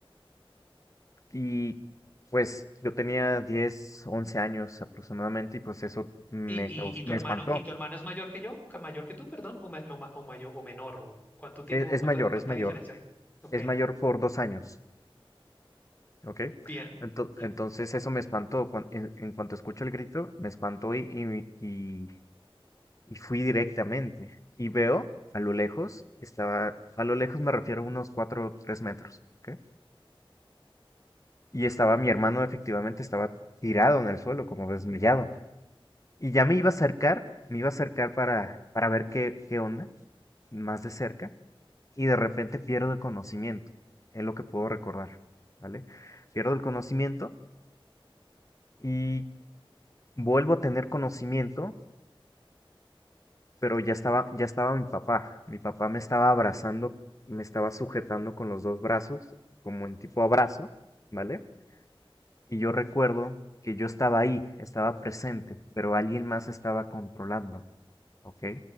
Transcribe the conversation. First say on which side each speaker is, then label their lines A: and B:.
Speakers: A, on the left (about 35°); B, on the left (about 15°).
A: Y pues yo tenía 10, 11 años aproximadamente y pues eso me,
B: ¿Y, y,
A: caus-
B: y
A: me
B: tu hermano,
A: espantó.
B: y tu hermano es mayor que yo? ¿Que- ¿Mayor que tú, perdón? ¿O, ma- o, ma- o mayor o menor? ¿O cuánto tiempo,
A: Es, es
B: cuánta,
A: mayor,
B: cuánta
A: es mayor,
B: diferencia? Ok,
A: es mayor por dos años, ¿ok?
B: bien.
A: Ento-
B: Y-
A: entonces eso me espantó. cuan- en, en cuanto escucho el grito, me espantó y, y, y fui directamente y veo a lo lejos, estaba, a lo lejos me refiero a unos 4 o 3 metros, ¿ok? Y estaba mi hermano efectivamente, estaba tirado en el suelo, como desmayado. Y ya me iba a acercar, me iba a acercar para, para ver qué, qué onda, más de cerca, y de repente pierdo el conocimiento, es lo que puedo recordar, ¿vale? Pierdo el conocimiento y vuelvo a tener conocimiento pero ya estaba, ya estaba mi papá. Mi papá me estaba abrazando, me estaba sujetando con los dos brazos, como en tipo abrazo, ¿vale? Y yo recuerdo que yo estaba ahí, estaba presente, pero alguien más estaba controlando, ¿ok?